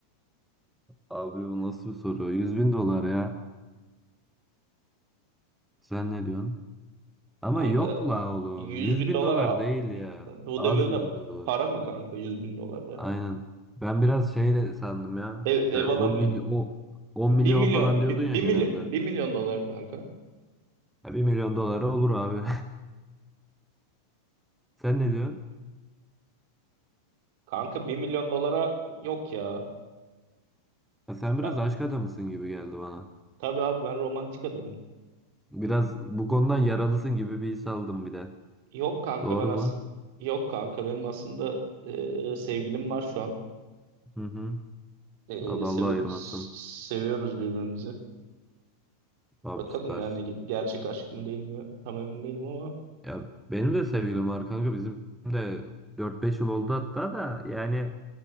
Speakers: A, in the centre; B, on the right.
A: Abi bu nasıl bir soru? yüz bin dolar ya. Sen ne diyorsun? Ama
B: Kanka
A: yok la oğlum.
B: 100
A: yüz
B: bin
A: bin
B: dolar
A: dolar
B: a-
A: değil ya.
B: bu
A: Az
B: devirde
A: 100 bin dolar.
B: para mı kanka 100 bin dolar ya?
A: Aynen. Ben biraz şey de sandım ya.
B: Ev, ev
A: E, 10
B: alamıyorsun.
A: mily- o- 10
B: 1
A: milyon
B: milyon
A: falan diyordun
B: bir
A: ya genelde.
B: milyon bir milyon dolar kanka.
A: Ya 1 milyon dolara olur abi. <laughs> Sen ne diyorsun?
B: Kanka bir milyon dolara yok ya.
A: Ya sen biraz
B: Ben,
A: aşk adamısın gibi geldi bana.
B: tabii abi ben romantik adamım.
A: Biraz bu konudan yaralısın gibi bir his aldım bir de.
B: Yok kanka
A: Doğru
B: ben aslında
A: mu?
B: yok kanka benim aslında e, sevgilim var şu an.
A: Hı hı.
B: Ee,
A: Abi
B: seve-
A: Allah ayırmasın.
B: s- seviyoruz birbirimizi.
A: Abi
B: Bakalım
A: süper.
B: yani ge- gerçek aşk mı değil mi? Tam emin değilim ama
A: Ya benim de sevgilim var kanka bizim de 4-5 yıl oldu hatta da yani